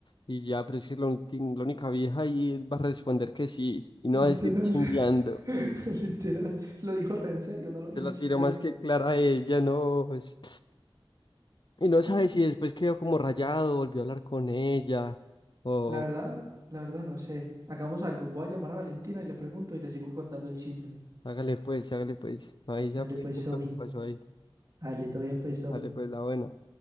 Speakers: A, on the left (about 55°); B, on the right (about 40°).
A: Y ya, pero es que la, ulti- la única vieja ahí él va a responder que sí. Y no
B: Literal,
A: va a decir chimbeando.
B: <laughs> literal. Lo dijo re en serio, no lo dijo
A: Se la
B: chimbeando.
A: tiró más que clara a ella, no. pues. Y no sabe
B: Mm,
A: si después quedó como rayado, volvió a hablar con ella. O
B: La verdad, la verdad no sé. Hagamos algo. Voy a llamar a Valentina y le pregunto y le sigo contando el chisme.
A: hágale pues, hágale pues. Ahí ya
B: Dale
A: pues,
B: pues,
A: ¿qué
B: Somi.
A: fue lo que pasó ahí?
B: Dale, todo bien pues, Somi.
A: Dale pues, la buena.